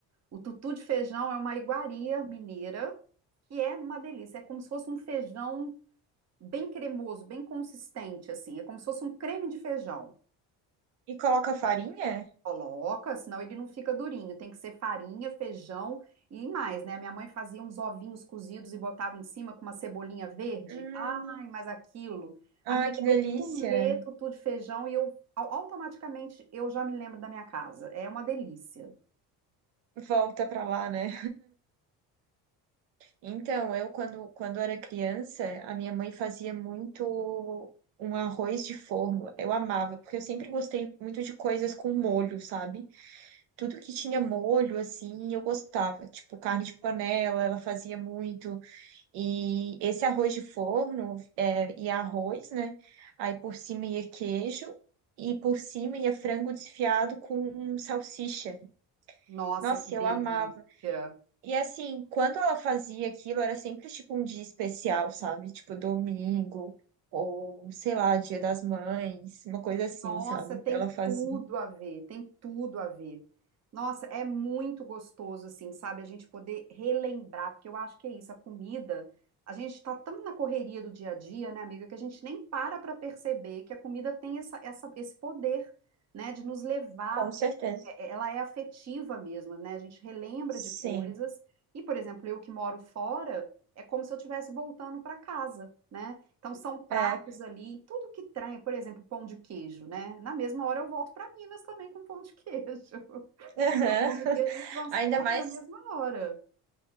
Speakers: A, on the right (about 40°); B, on the right (about 85°).
A: O tutu de feijão é uma iguaria mineira que é uma delícia. É como se fosse um feijão bem cremoso, bem consistente, assim. É como se fosse um creme de feijão.
B: E coloca farinha?
A: Coloca, senão ele não fica durinho. Tem que ser farinha, feijão e mais, né? Minha mãe fazia uns ovinhos cozidos e botava em cima com uma cebolinha verde.
B: Hum,
A: Ai, mas aquilo.
B: ai,
A: Amiga,
B: que delícia.
A: eu comer tutu de feijão e eu au- automaticamente eu já me lembro da minha casa. É uma delícia.
B: Volta pra lá, né? Então, eu quando, quando era criança, a minha mãe fazia muito um arroz de forno. Eu amava, porque eu sempre gostei muito de coisas com molho, sabe? Tudo que tinha molho, assim, eu gostava. Tipo, carne de panela, ela fazia muito. E esse arroz de forno, é, ia arroz, né? Aí por cima ia queijo. E por cima ia frango desfiado com salsicha.
A: Nossa,
B: Nossa,
A: que delícia.
B: eu amava. E assim, quando ela fazia aquilo, era sempre tipo um dia especial, sabe? Tipo domingo, ou sei lá, Dia das Mães, uma coisa assim,
A: Nossa,
B: sabe?
A: tem
B: Ela fazia.
A: tudo a ver, tem tudo a ver. Nossa, é muito gostoso, assim, sabe? A gente poder relembrar, porque eu acho que é isso, a comida. A gente tá tão na correria do dia a dia, né, amiga, que a gente nem para para perceber que a comida tem essa, essa- esse poder, né, de nos levar
B: Com certeza.
A: é- é, ela é afetiva mesmo, né? A gente relembra
B: Sim.
A: de coisas. E, por exemplo, eu que moro fora, é como se eu estivesse voltando para casa, né? Então são pratos
B: É.
A: ali, tudo que traz, por exemplo, pão de queijo, né? Na mesma hora eu volto para Minas também com pão de queijo. <laughs>
B: Aham.
A: O pão
B: <laughs>
A: de queijo me transporta
B: Ainda mais,
A: na mesma hora.